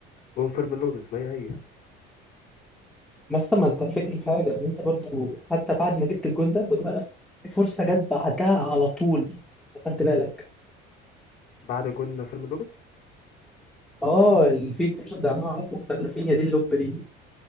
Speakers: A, on the left (about 50°); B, in the centre.
A: جون فيرمين لوبيز ما هي هي
B: بس طب ما انت الفكره في حاجه ان انت برضو حتى بعد ما جبت الجون ده بالفعل، في فرصه جت بعدها على طول خدت بالك
A: بعد جون فيرمين لوبيز
B: اه اللي في فرصه ضيعناها على طول بتاعت رافينيا دي اللوب دي